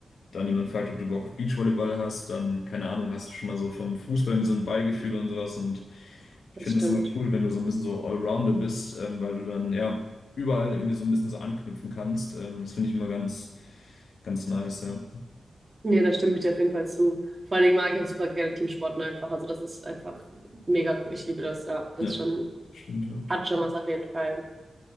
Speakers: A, on the left; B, on the right.
A: dann jemand fragt, ob du Bock auf Beachvolleyball hast, dann, keine Ahnung, hast du schon mal so vom Fußball wie so ein Ballgefühl und sowas. Und ich
B: das
A: finde
B: stimmt.
A: das immer cool, wenn du so ein bisschen so Allrounder bist, ähm, weil du dann ja überall irgendwie so ein bisschen so anknüpfen kannst. Ähm, das finde ich immer ganz, ganz nice, ja.
B: Nee, da stimme ich dir auf jeden Fall zu. Vor allen Dingen mag ich auch super gerne Teamsporten einfach. Also das ist einfach mega cool. Ich liebe das, ja. Das
A: Ja,
B: ist schon,
A: stimmt, ja.
B: hat schon was auf jeden Fall.